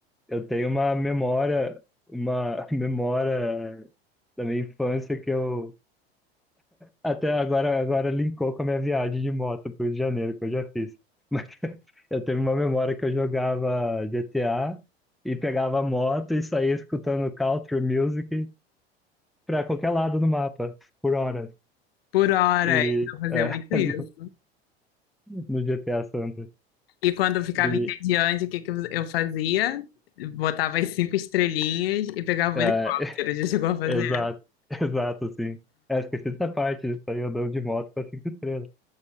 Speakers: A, in the centre; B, on the left.
A: eu tenho uma memória, uma <laughs> memória da minha infância que eu Até agora, agora linkou com a minha viagem de moto pro Rio de Janeiro que eu já fiz. Mas <laughs> eu tenho uma memória que eu jogava GTA e pegava a moto e saía escutando country music pra qualquer lado do mapa, por horas.
B: Por horas
A: E
B: eu fazia
A: é,
B: muito
A: <laughs>
B: isso.
A: no, no GTA Santos.
B: E quando eu ficava
A: E
B: entediante, o que que eu eu fazia? Botava as cinco estrelinhas e pegava o
A: é, <laughs>
B: helicóptero. Já chegou a fazer?
A: exato, exato, sim. É, esqueci dessa parte, de sair andando de moto com as cinco estrelas.